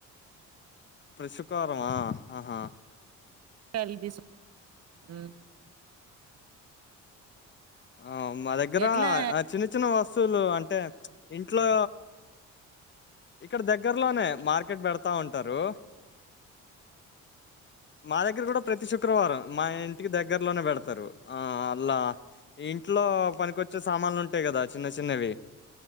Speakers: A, on the left (about 40°); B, on the right (about 55°).
A: ప్రతి శుక్రవారం ఆ ఆహా
B: చలిదిసు ఉమ్
A: ఆ మా దగ్గర
B: ఎట్లా
A: అ చిన్న చి చిన్న వస్ వస్తులు అంటే ఇంట్లో ఇక్కడ దగ్గర్లోనే మార్కెట్ పెడతా ఉంటారు మా దగ్గర కూడా ప్రతి శు శుక్రవారం మా ఇంటికి దగ్గర్లోనే పెడతారు ఆ అల్లా ఈ ఇంట్లో పనికొచ్చే సామాన్లుంటాయ్ కదా చిన్న చిన్నవి